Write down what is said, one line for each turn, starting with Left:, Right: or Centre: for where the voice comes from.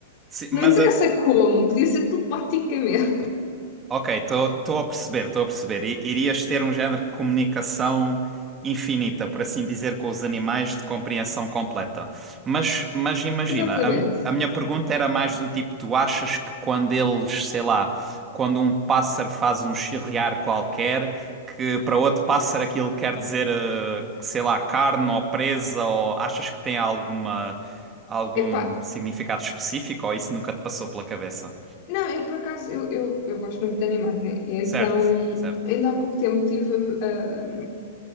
Right: Sim,
Left: Não
Right: mas
Left: interessa
Right: a-
Left: como, podia ser telepaticamente.
Right: Ok, estou a perceber, estou a perceber. I- Irias ter um género de comunicação infinita, por assim dizer, com os animais de compreensão completa. Mas, mas imagina,
Left: <laughs> Exatamente.
Right: a, mi- a minha pergunta era mais do tipo: tu achas que quando eles, sei lá, quando um pássaro faz um chirriar qualquer, que para outro pássaro aquilo quer dizer, eh, que, sei lá, carne ou presa, ou achas que tem alguma, algum
Left: Epá,
Right: significado específico, ou isso nunca te passou pela cabeça?
Left: não, eu por acaso, eu, eu, eu gosto muito de animais, né? E Então,
Right: Certo, certo.
Left: ainda há pouco tempo estive a,